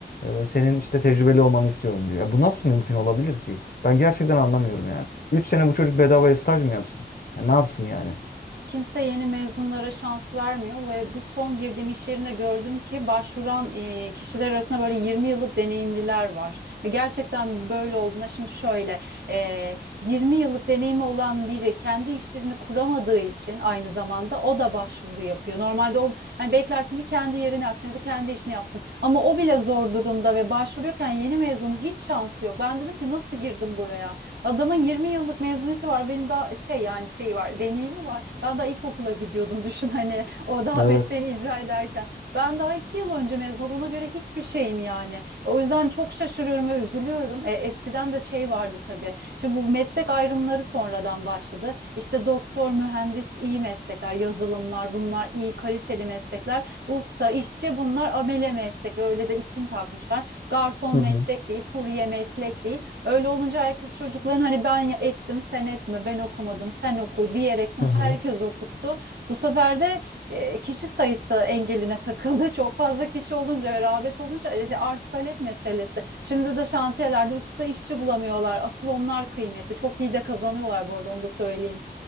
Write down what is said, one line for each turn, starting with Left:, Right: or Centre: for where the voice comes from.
Left: e, senin işte tecrübeli olmanı istiyorum diyor. Ya bu nasıl mümkün olabilir ki? Ben gerçekten anlamıyorum yani. 3 sene bu çocuk bedavaya staj mı yapsın? Ya ne yapsın yani?
Right: Kimse yeni mezunlara şans vermiyor ve bu son girdiğim iş yerinde gördüm ki başvuran e, kişiler arasında böyle 20 yıllık deneyimliler var. Ve gerçekten böyle olduğuna şimdi şöyle e, 20 yıllık deneyimi olan biri kendi iş yerini kuramadığı için aynı zamanda o da başvuru yapıyor. Normalde o hani beklersin ki kendi yerini alsın ya da kendi işini yapsın. Ama o bile zor durumda ve başvuruyorken yeni mezunun hiç şansı yok. Ben dedim ki nasıl girdim buraya? Adamın 20 yıllık mezuniyeti var. Benim daha şey yani şey var, deneyimi var. Ben daha ilkokula gidiyordum düşün hani o daha
Left: Evet.
Right: mesleğini icra ederken. Ben daha 2 yıl önce mezun oldum. Ona göre hiçbir şeyim yani. O yüzden çok şaşırıyorum ve üzülüyorum. E, eskiden de şey vardı tabii. Şimdi bu meslek ayrımları sonradan başladı. İşte doktor, mühendis iyi meslekler, yazılımlar bunlar iyi kaliteli meslekler. Usta, işçi bunlar amele meslekler. Öyle de isim takmışlar. Garson
Left: Hı
Right: meslek
Left: hı.
Right: değil, kurye meslek değil. Öyle olunca herkes çocukların hani ben ya- ettim sen etme ben okumadım sen oku diyerekten
Left: Hı
Right: herkes
Left: hı.
Right: okuttu. Bu sefer de e, kişi sayısı engeline takıldı. <laughs> Çok fazla kişi olunca ve rağbet olunca e, arz talep meselesi. Şimdi de şantiyelerde usta işçi bulamıyorlar. Asıl onlar kıymeti. Çok iyi de kazanıyorlar bu arada onu da söyleyeyim.